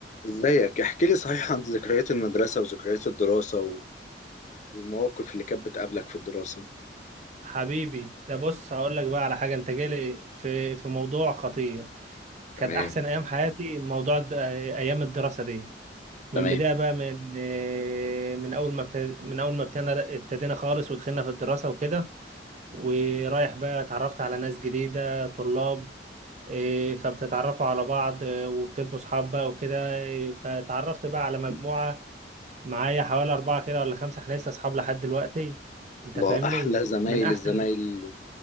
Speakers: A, on the left (about 40°); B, on the right (about 40°).
A: ازيك احكي لي صحيح عن ذكريات المدرسة وذكريات الدراسة و... والمواقف اللي كانت بتقابلك في الدراسة
B: حبيبي ده بص هقول لك بقى على حاجه انت جالي في في موضوع خطير كانت
A: تمام
B: احسن ايام حياتي موضوع د- ايام الدراسه دي من
A: تمام
B: بدايه بقى من من اول ما ابت- من اول ما ابتدينا ابتدينا خالص ودخلنا في الدراسه وكده ورايح بقى اتعرفت على ناس جديده طلاب إيه، فبتتعرفوا على بعض إيه، وبتبقوا صحاب بقى وكده إيه، فتعرفت بقى على مجموعه معايا حوالي اربعه كده ولا خمسه احنا لسه اصحاب لحد دلوقتي انت
A: الله
B: فاهمني
A: أحلى زمايل
B: من احسن
A: الزمايل